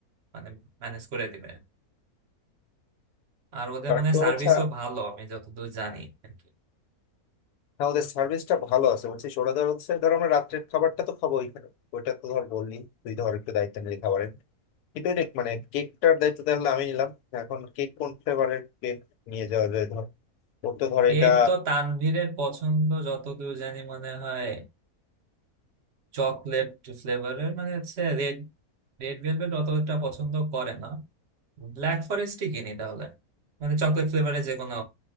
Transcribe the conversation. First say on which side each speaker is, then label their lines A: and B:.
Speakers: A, on the right; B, on the left.
A: মানে ম্যানেজ করে দিবে আর ওদের
B: বাট
A: মানে
B: তোর
A: সার্ভিসও
B: হচ্ছে
A: ভালো আমি যতদূর জানি আর কি
B: হ্যাঁ ওদের সার্ভিসটা ভালো আছে বলছি ওরা ধর হচ্ছে ধর আমরা রাত্রের খাবারটা তো খাবো ওইখানে ওইটা তো ধর বললি তুই ধর একটু দায়িত্ব নিলি খাবারের কিন্তু দেখ মানে কেকটার দায়িত্ব তাহলে আমি নিলাম এখন কেক কোন ফ্লেভারের কেক নিয়ে যাওয়া যায় ধর ওর তো ধর
A: কেক
B: এটা
A: তো তানভীরের পছন্দ যতদূর জানি মনে হয় চকলেট ফ্লেভারের মানে হচ্ছে রেড রেড ভেলভেট অতটা পছন্দ করে না ব্ল্যাক ফরেস্টই কিনি তাহলে মানে চকলেট ফ্লেভারে যে কোনো